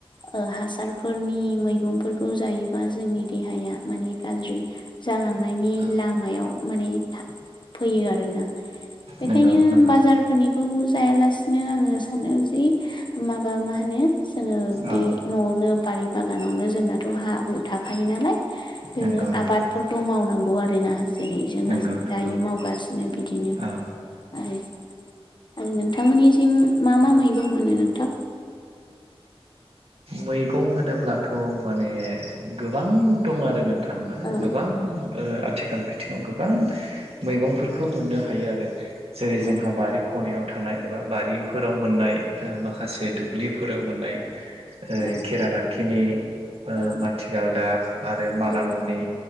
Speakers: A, on the left; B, on the right.
A: ओ हासारफोरनि मैगंफोरखौ जायोबा जों जोंनि देहाया माने गाज्रि जालांनायनि
B: औ
A: लामायाव माने फैयो आरोना। बेखायनो
B: नंगौ नंगौ
A: बाजारफोरनिखौ जायालासिनो आङो सानो जे माबा मा होनो जोङो बे
B: औ
A: न'आवनो बारि बागानावनो जोंनाथ' हा हु था खायो नालाय बेयावनो
B: नंगौ नंगौ
A: आबादफोरखौ मावनांगौ आरोना जेरै जोङो
B: नंगौ नंगौ
A: दायो मावगा सिनो बिदिनो
B: औ ओ
A: आरो, आरो नोंथांमोननिथिं मा मा मै गं मोनो नोंथां?
B: मैगं होनोब्लाथ' माने गोबां दं आरो नों थां
A: औ
B: गोबां ओ थिखाल बिथिङाव गोबां मैगंफोरखौ मोननो हायो आरो जेरै
A: औ
B: जोंहा बारि खनायाव थानाय एबा बारिफोराव मोननाय, माखासे दुब्लिफोराव मोननाय ओ
A: औ
B: खेरादाखिनि
A: औ
B: ओ माथिगालदाब आरो मानामुनि,
A: औ